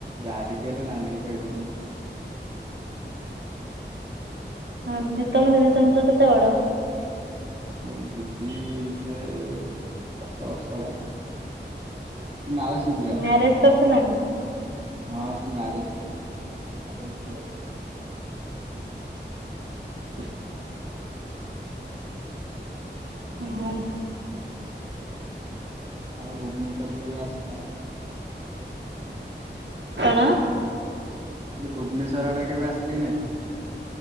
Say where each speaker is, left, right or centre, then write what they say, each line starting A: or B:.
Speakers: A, on the right; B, on the right.
A: ଯାହା ଟିକେ ହେଲେ ନାନି କି କହିଦେଉଛନ୍ତି।
B: ହଁ ଦିଦ ତମ ଦିଦି ତମଠାରୁ କେତେ ବଡ?
A: ମୋ ଦିଦି ସେ ଦଶ ବର୍ଷ ଭଳିଆ। ମାଉସୀ
B: ହୁଁ
A: ଝିଅ
B: ମ୍ୟାରେଜ କରିସାରିଲାଣି।
A: ହଁ ସେ ମ୍ୟାରେଜ କରିସାରିଲାଣି ତାର ଗୋଟେ ଝିଅ ଅଛି।
B: <inaudible> ଓହୋ
A: ଆଉ ଭୁବନେଶ୍ଵର କେବେ ଆସଚ?
B: କଣ?
A: ହେଲେ ଭୁବନେଶ୍ୱର ଆଡ଼େ କେବେ ଆସିଚ କି ନାଇଁ?